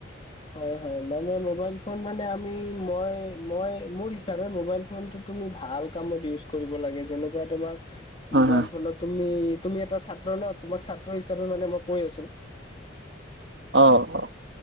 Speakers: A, on the left; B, on the right.
A: হয় -হয় মানে মোবাইল ফোন মানে আমি মই- মই মোৰ হিচাপে মোবাইল ফোনতটো তুমি ভাল কামত ইউজ কৰিব লাগে যেনেকুৱা তোমাৰ?
B: হয়
A: মোবাইল
B: হয়
A: ফোনত তুমি তুমি এটা ছাত্ৰ ন তোমাক ছাত্ৰ হিচাপে মানে মই কৈ আছো
B: অহ - অহ